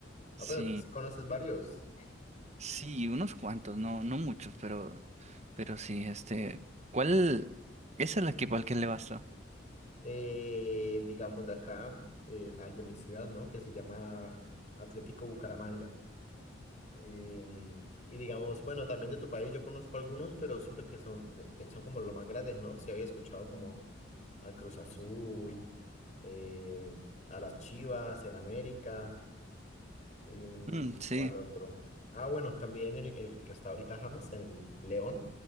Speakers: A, on the left; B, on the right.
A: Ah,
B: sí,
A: pero sí conoces varios.
B: sí, unos cuantos, no, no muchos, pero, pero sí, este, ¿cuál es el equipo al que le vas tú?
A: Eh, digamos de acá, eh, al de mi ciudad, ¿no? Que se llama Atlético Bucaramanga. Y, mm, y digamos, bueno, también de tu país yo conozco algunos, pero siento que son, de- te- son como los más grandes, ¿no? si había escuchado como al Cruz Azul, eh, a las Chivas, el América, y, mm,
B: Mm, sí.
A: ¿cuál otro? Ah, bueno, también el, el que está ahorita James, el León,